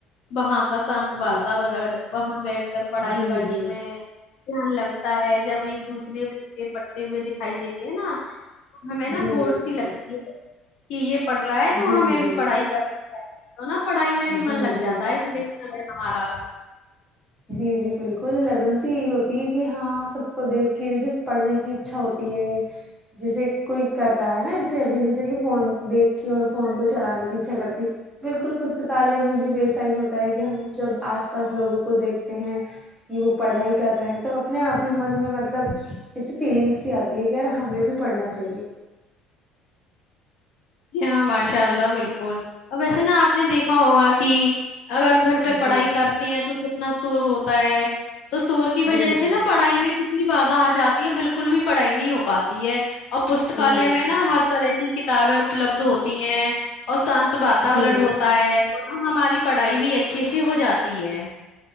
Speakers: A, on the left; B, in the centre.
A: وہاں کا شانت واداوڑین
B: جی
A: وہاں بیٹھ اگر پڑھائی
B: جی
A: کرنے
B: جی
A: میں دھیان لگتا ہے جب ایک دوسرے سے پڑھائی کر دیتے ہوئے دکھائی دیتے ہیں نا ہمیں نا
B: جی
A: ہوڑ
B: جی
A: سی
B: بالکل
A: لگتی ہے کہ یہ پڑھ رہا ہے تو
B: جی
A: ہمیں
B: جی
A: بھی پڑھائی کر نی ہے تو نا پڑھائی میں
B: جی
A: بھی
B: جی
A: من لگ جاتا
B: بالکل
A: ہے پھر ارے ہمارا
B: جی جی بالکل لگن سی یہ ہوتی ہے کہ ہاں سب کو دیکھ کے جیسے پڑھنے کی ہچا ہوتی ہے جیسے کوئی کر رہا ہے نا جیسے ابھی جیسے کہ فون دیکھ کے اور فون کو چلانے کی ہچا کرتی بالکل پستکالیہ میں بھی ویسا ہی ہوتا ہے کہ ہم جب آس پاس لوگوں کو دیکھتے ہیں کہ وہ پڑھائی کر رہے ہیں تو اپنے آپ ہی من میں مطلب اسی فللینگس سی آتی ٹھیک ہے یار ہمیں بھی پڑھنا چاہیے
A: جی ہاں ماشاء اللہ بالکل اب ویسے نا آپ نے دیکھا ہوگا کہ اگر گھر پہ
B: جی
A: پڑھائی کرتی ہیں تو کتنا شور ہوتا ہے تو شور کی
B: جی
A: وجہ
B: جی
A: سے نا پڑھائی میں انی بدا آ جاتی ہے بالکل بھی پڑھائی نہیں ہو پاتی ہے اور
B: جی
A: پستکالیہ
B: جی
A: میں
B: بالکل
A: نا ہر طرح کی کتابیں اپلت ہوتی ہیں اور شانت واتاوارٹت
B: جی جی
A: ہوتا ہے اور نا ہماری پڑھائی بھی اچھے سے ہو جاتی ہے